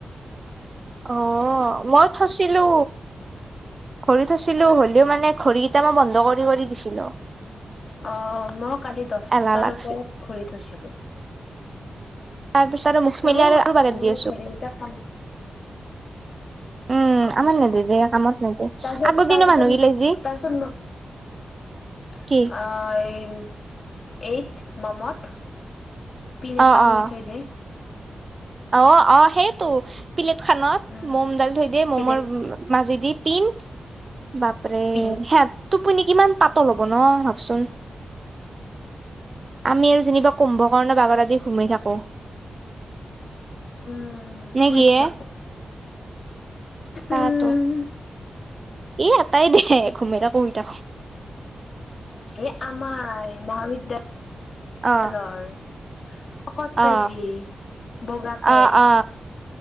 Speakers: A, on the right; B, on the left.
A: অহ মই থৈছিলো। ঘড়ী থৈছিলোঁ হলেও মানে ঘড়ীকেইটা মই বন্ধ কৰি কৰি দিছিলো।
B: অ মই। কালি দহটাৰ
A: এলাহ লাগছে
B: ওপৰত ঘূৰি থৈছিলো।
A: তাৰ পিছত আৰু
B: এন্ত
A: মুখ মেলি আৰু আৰু বাগেত
B: মোৰো
A: দি আছো
B: ভৰি গীতা কাম।
A: উম
B: আহ গম
A: আমাৰ
B: পাইছো,
A: নেদে দে কামত নেদে
B: তাৰপিছত,
A: আগৰ
B: তাৰপিছত
A: দিনৰ মানুহগিলাই যি
B: তাৰপিছত
A: কি
B: আহ এই। এইট মমত। পিন এটা
A: অ অ
B: সোমাই থৈ দে।
A: অ -অ সেই। তো প্লেট খনত,
B: উম
A: মম দাইল থৈ দিয়ে ম'মৰ
B: পিলেত
A: মাজি দি। পিন। বাপৰে
B: পিন
A: হ। টোপনি কিমান পাতল ল'ব ন। শূন। আমি আৰু যেনিবা কুম্ভ কাৰণে বাগত আদি ঘুমি থাকো।
B: উম শুই
A: নেকি এ
B: থাকো উম
A: তা ত। এ আটাই দে ঘুমাই থাক শুই থাক।
B: এ আমাৰ মহাবিদ্যা
A: অ
B: দালৰ। শকট কাজি,
A: অ
B: বগাকে।
A: অ অ